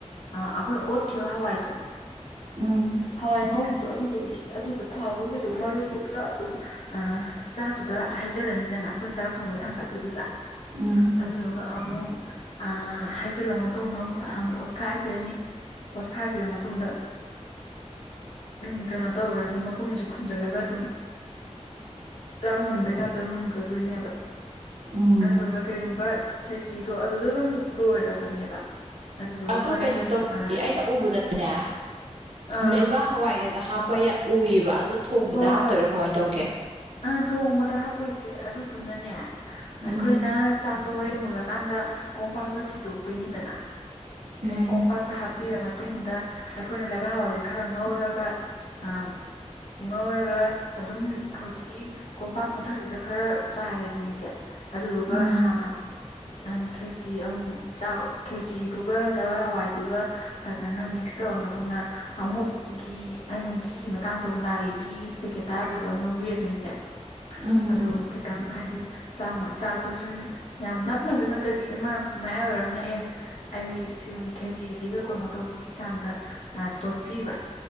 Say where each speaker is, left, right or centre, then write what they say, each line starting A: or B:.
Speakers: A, on the left (about 65°); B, on the right (about 60°).
A: ꯑꯥ ꯑꯩꯈꯣꯏꯅ ꯑꯣꯠꯈꯤꯕ ꯍꯋꯥꯏꯗꯣ
B: ꯎꯝ
A: ꯍꯋꯥꯏ ꯉꯧꯕꯗꯣ ꯑꯗꯨꯗꯣ ꯑꯗꯨꯗ ꯊꯥꯎꯗꯨ ꯀꯩꯗ ꯃꯔꯣꯏꯗꯨꯒ ꯄꯨꯂꯞ ꯑꯗꯨꯝ ꯑ ꯆꯥꯛꯇꯨꯗ ꯍꯥꯏꯩꯖꯔꯅꯤꯗꯅ ꯑꯩꯈꯣꯏꯅ ꯆꯥꯛ ꯊꯣꯡꯕꯩ ꯊꯥꯡꯒꯠ ꯗꯨꯗ
B: ꯎꯝ
A: ꯑꯗꯨꯗꯨꯒ ꯑꯃꯨꯛ ꯑꯥ ꯍꯩꯖꯤꯜꯂ ꯃꯇꯨꯡꯗ ꯑꯃꯨꯛ ꯑꯃꯨꯛ ꯑꯣꯠꯈꯥꯏꯕꯤꯔꯅꯤ ꯑꯣꯠꯈꯥꯏꯕꯤꯔ ꯃꯇꯨꯡꯗ ꯎꯝ ꯀꯩꯅꯣ ꯇꯧꯈ꯭ꯔꯅꯤ ꯃꯈꯨꯝꯁꯦ ꯈꯨꯝꯖꯤꯜꯂꯒ ꯑꯗꯨꯝ ꯆꯥꯛ ꯃꯨꯟꯕꯩ ꯇꯥꯞꯇ ꯃꯨꯟꯈ꯭ꯔꯗꯣꯏꯅꯦꯕ
B: ꯎꯝ
A: ꯑꯗꯨꯗꯨꯒ ꯀꯩꯒꯨꯝꯕ ꯈꯦꯆꯗꯣ ꯑꯗꯨꯗ ꯑꯗꯨꯝ ꯂꯣꯏꯔꯕꯅꯦꯕ ꯑꯗꯨꯗꯨꯒ
B: ꯑꯗꯣ
A: ꯍꯣꯔꯦꯟ
B: ꯀꯩꯅꯣ ꯇꯧꯕꯗꯤ
A: ꯑꯥ
B: ꯑꯩꯅ ꯎꯕꯗꯅꯦ
A: ꯑꯥ
B: ꯂꯩꯕꯥꯛ ꯍꯋꯥꯏꯒꯩꯒ ꯍꯥꯞꯄ ꯎꯏꯑꯕ ꯑꯗꯣ ꯊꯣꯡꯕꯗ
A: ꯍꯣꯏ
B: ꯍꯥꯞꯇꯣꯏꯔꯣ
A: ꯍꯣꯏ
B: ꯀꯃꯥꯏꯅ ꯇꯧꯒꯦ
A: ꯑꯥ ꯊꯣꯡꯕꯗ ꯍꯥꯞꯄꯣꯏ ꯏꯆꯦ ꯑꯗꯨꯗꯨꯅꯅꯦ
B: ꯎꯝ
A: ꯑꯩꯈꯣꯏꯅ ꯆꯥꯛꯇꯣ ꯍꯣꯔꯦꯟ ꯃꯨꯜꯂꯛ ꯀꯥꯟꯗ ꯀꯣꯝꯄꯥꯛꯇ ꯊꯤꯗꯣꯛꯇꯣꯏꯅꯤꯗꯅ
B: ꯎꯝ
A: ꯀꯣꯝꯄꯥꯛꯇ ꯍꯥꯄ ꯄꯤꯔ ꯃꯇꯨꯡꯗ ꯑꯩꯈꯣꯏꯅ ꯂꯩꯕꯥꯛ ꯍꯋꯥꯁꯦ ꯈꯔ ꯉꯧꯔꯒ ꯑꯥ ꯉꯧꯔꯒ ꯑꯗꯨꯝ ꯍꯧꯖꯤꯛꯀꯤ ꯀꯣꯝꯄꯥꯛ ꯃꯊꯛꯁꯤꯗ ꯈꯔ ꯆꯥꯏꯔꯦꯗꯅ ꯏꯆꯦ ꯑꯗꯨꯗꯨꯒ
B: ꯎꯝ
A: ꯍꯥꯟꯅ ꯈꯦꯔꯆꯤ ꯑꯃꯨꯛ ꯈꯦꯔꯆꯤꯗꯨꯒ ꯂꯩꯕꯥꯛ ꯍꯋꯥꯏꯗꯨꯒ ꯐꯖꯅ ꯃꯤꯛꯁ ꯇꯧ ꯇꯧꯔꯕ ꯃꯇꯨꯡꯗ ꯑꯃꯨꯛ ꯘꯤ ꯑꯩꯅ ꯘꯤꯒꯤ ꯃꯇꯥꯡꯗ ꯑꯃꯨꯛ ꯂꯑꯒꯦ ꯘꯤ ꯄꯦꯀꯦꯠ ꯇꯔꯥ ꯄꯤꯕ ꯑꯃ ꯂꯧ ꯕꯤꯔꯦꯗꯅ ꯏꯆꯦ
B: ꯎꯝ
A: ꯑꯗꯨ ꯈꯤꯇꯪ ꯍꯥꯏꯗꯤ ꯆꯥꯛ ꯆꯥꯛꯇꯣ ꯁꯨꯝ ꯌꯥꯝ ꯅꯞꯅꯁꯨ ꯅꯠꯇꯕꯤ ꯑꯃ ꯃꯌꯥꯏ ꯑꯣꯏꯔꯝꯅ ꯑꯦ ꯑꯩ ꯁꯨꯝ ꯈꯦꯆꯁꯤꯒ ꯀꯩꯅꯣ ꯇꯧꯕꯒꯤ ꯆꯥꯡꯗ ꯇꯣ ꯄꯤꯕ